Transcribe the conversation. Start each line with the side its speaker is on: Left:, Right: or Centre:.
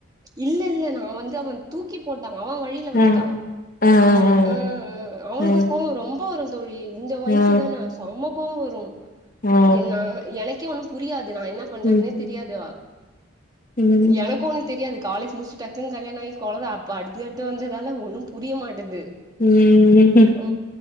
Right: இல்ல இல்ல நா வந்து அவன் தூக்கி போட்டா அவன் வழியில வந்துட்டா
Left: ஆ ஆ ஆ
Right: ம் ம் அவனுக்கு
Left: ஆ ஆ
Right: கோவோ ரொம்ப வரு தோழி இந்த வயசு
Left: ஆ
Right: தான ரொம்ப கோவம் வரு
Left: ஆ
Right: என்னா எனக்கே ஒண்ணு புரியாது நா என்னா பண்றதுனே
Left: ம்
Right: தெரியாது
Left: ம்
Right: எனக்கு ஒன்னு தெரியாது காலேஜ் முடிச்சிட்டு டக்குன்னு கல்யாண ஆயி கொழந்த அப்ப அடுத்து அடுத்து வந்ததால ஒண்ணும் புரிய மாட்டுது
Left: ம்
Right: ஓ